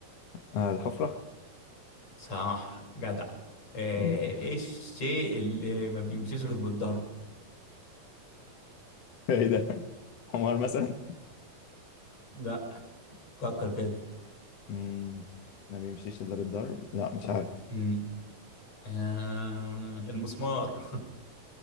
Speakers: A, on the left (about 60°); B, on the left (about 45°).
A: آه الحفرة
B: صح جدع ايه
A: ايه <laughs>
B: إيه الشيء اللي ما بيمشيش غير بالضرب
A: إيه ده حمار مثلا
B: لا فكر كده
A: امم ما بيمشيش الا بالضرب لا مش عارف
B: امم آه المسمار